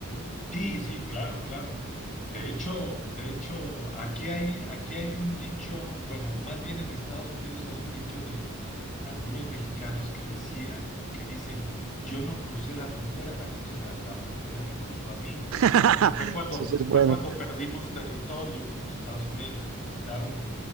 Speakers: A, on the left; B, on the right.
A: Sí, sí, claro, claro. De hecho, de hecho, aquí hay, aquí hay un dicho, bueno, más bien en Estados Unidos hay un dicho de algunos mexicanos que decían, que dicen, yo no crucé la frontera, la crucera, la frontera me cruzó a mí,
B: <laughs>
A: porque fue cuando,
B: Sí, sí, es bueno.
A: fue cuando perdimos territorio con los Estados Unidos, que nos quitaron